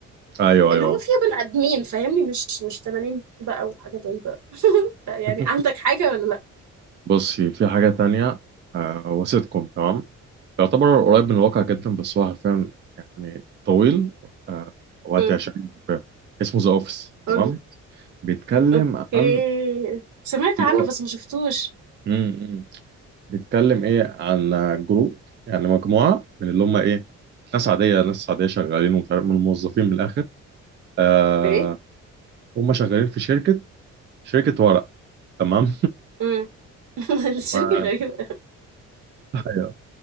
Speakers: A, on the right (about 35°); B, on the right (about 75°).
A: ايوه
B: اللي
A: ايوه
B: هو فيها بني ادمين فاهمني مش مش تنانين بقى وحاجات غريبه <laughs> يعني
A: <laughs>
B: عندك حاجه ولا لا
A: بصي في حاجه تانية آه هو سيت كوم تمام يعتبر قريب من الواقع جدا بس هو حرفيا يعني طويل آه وهتعشقه
B: امم
A: اسمه ذا اوفيس تمام
B: قلنا
A: بيتكلم
B: اوكي
A: عن
B: سمعت
A: اللي
B: عنه
A: هو
B: بس ما شفتوش
A: امم بيتكلم ايه عن جروب يعني مجموعه من اللي هم ايه ناس عاديه ناس عاديه شغالين ومش عارف من الموظفين من الاخر آه
B: ايه
A: هم شغالين في شركه شركه ورق تمام
B: امم <laughs> الشركه
A: <laughs>
B: غريبه
A: ايوه